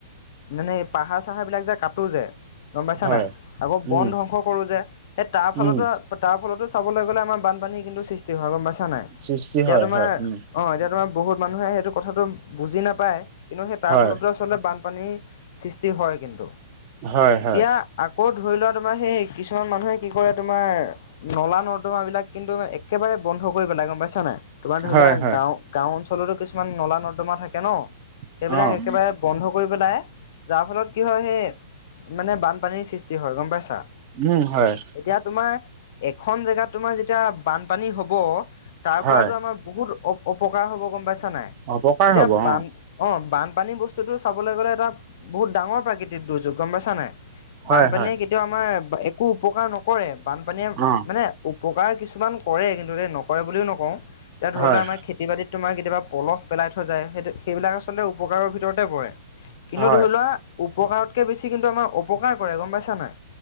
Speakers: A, on the left; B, on the right.
A: মানে পাহাৰ চাহাৰ বিলাক যে কাটো যে গম পাইছা
B: হয়,
A: নাই? আকৌ বন
B: উম,
A: ধ্বংস কৰোঁ যে, সেই তাৰফালতো
B: উম,
A: তাৰ ফলতো চাবলৈ গ'লে আমাৰ বানপানী কিন্তু সৃষ্টি হয় গম পাইছা নাই?
B: সৃষ্টি
A: এতিয়া
B: হয়,
A: তোমাৰ
B: হয়, উম,
A: অ', এতিয়া তোমাৰ বহুত মানুহে সেইটো কথাটো বুজি নাপায়, কিন্তু সেই তাৰ
B: হয়,
A: ফলতো আচলতে বানপানীৰ সৃষ্টি হয় কিন্তু।
B: হয়,
A: এতিয়া
B: হয়,
A: আকৌ ধৰি লোৱা তোমাৰ সেই কিছুমান মানুহে কি কৰে তোমাৰ নলা নৰ্দুমা বিলাক কিন্তু মানে একেবাৰে বন্ধ কৰিব পেলাই গম পাইছা নাই? তোমাৰ ধৰি
B: হয়,
A: লোৱা
B: হয়।
A: গাঁও-গাঁও অঞ্চলতো কিছুমান নলা নৰ্দমা থাকে ন? সেইবিলাক
B: অ',
A: একেবাৰে বন্ধ কৰি পেলাই, যাৰ ফলত কি হয় সেই মানে বানপানীৰ সৃষ্টি হয় গম পাইছা?
B: উম, হয়।
A: এতিয়া তোমাৰ এখন জেগাত তোমাৰ যেতিয়া বানপানী হব তাৰ
B: হয়,
A: পৰাতো আমাৰ বহুত অ অপকাৰ হ'ব গম পাইছা নাই?
B: অপকাৰ
A: এতিয়া
B: হ'ব
A: বান
B: অ',
A: অ', বানপানী বস্তুতটো চাবলৈ গ'লে এটা বহুত ডাঙৰ প্ৰাকৃতিক দুৰ্যোগ গম পাইছা নাই?
B: হয়,
A: বানপানীয়ে
B: হয়,
A: কেতিয়াও আমাৰ একো উপকাৰ নকৰে, বানপানীয়ে
B: অ',
A: মানে উপকাৰ কিছুমান কৰে কিন্তু ডেই নকৰে বুলিও নকওঁ। এতিয়া ধৰি
B: হয়,
A: লোৱা আমাৰ খেতি খেতি বাতিত তোমাৰ কেতিয়াবা পলহ পেলাই থৈ যায়, সেইটো সেইবিলাক আচলতে উপকাৰৰ ভিতৰতে পৰে। কিন্তু
B: হয়,
A: ধৰি লোৱা উপকাৰতকে বেছি কিন্তু আমাৰ অপকাৰ কৰে গম পাইছা নাই?